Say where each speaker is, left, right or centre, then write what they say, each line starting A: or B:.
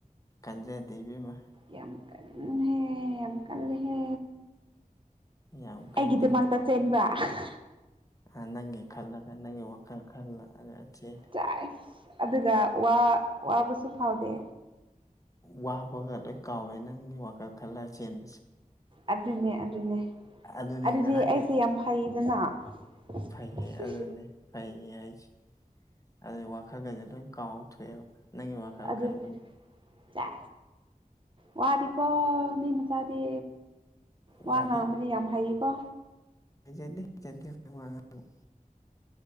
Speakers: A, on the left; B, on the right.
A: ꯀꯟꯖꯗꯦ ꯏꯕꯦꯝꯃꯥ
B: ꯌꯥꯝ ꯀꯟꯂꯤꯍꯦ ꯌꯥꯝ ꯀꯜꯂꯦꯍꯦ
A: ꯌꯥꯝ ꯀꯟꯗꯦ
B: ꯑꯩꯒꯤꯗꯃꯛꯇ ꯆꯦꯟꯕ꯭ꯔꯥ <unintelligible>
A: ꯑꯥ ꯅꯪꯒꯤ ꯈꯜꯂꯒ ꯅꯪꯒꯤ ꯋꯥꯈꯜ ꯈꯜꯂ ꯈꯜꯂ ꯆꯦꯜꯂꯦ
B: ꯆꯥꯏ ꯑꯗꯨꯒ ꯋꯥ ꯋꯥꯕꯁꯨ ꯐꯥꯎꯗꯦ
A: ꯋꯥꯕꯒ ꯂꯣꯏ ꯀꯥꯎꯋꯦ ꯅꯪꯒꯤ ꯋꯥꯈꯜ ꯈꯜꯂ ꯆꯦꯟꯕꯁꯦ
B: ꯑꯗꯨꯅꯦ ꯑꯗꯨꯅꯦ
A: ꯑꯗꯨꯅꯦ
B: ꯑꯗꯨꯗꯤ
A: ꯉꯔꯥꯡꯗꯤ
B: ꯑꯩꯁꯦ ꯌꯥꯝ ꯐꯩꯌꯦꯗꯅ <unintelligible>
A: ꯐꯩꯌꯦ ꯑꯗꯨꯅꯦ ꯐꯩꯌꯦ ꯍꯥꯏꯖꯤ ꯑꯗꯨ ꯋꯥꯈꯜꯒꯖꯦ ꯂꯣꯏ ꯀꯥꯎꯊꯣꯛꯑꯦꯕ ꯅꯪꯒꯤ ꯋꯥꯈꯜ
B: ꯑꯗꯨꯅꯤ
A: ꯈꯟꯕꯗ
B: ꯁꯦꯁ ꯋꯥꯗꯤꯀꯣ ꯃꯤ ꯃ ꯆꯥꯗꯤ ꯋꯥ
A: ꯋꯥꯗꯤ
B: ꯉꯥꯡꯕꯗꯤ ꯌꯥꯝ ꯍꯩꯀꯣ
A: ꯍꯩꯖꯗꯦ ꯍꯩꯖꯗꯦ ꯑꯈꯣꯏ ꯋꯥ ꯉꯥꯡꯕ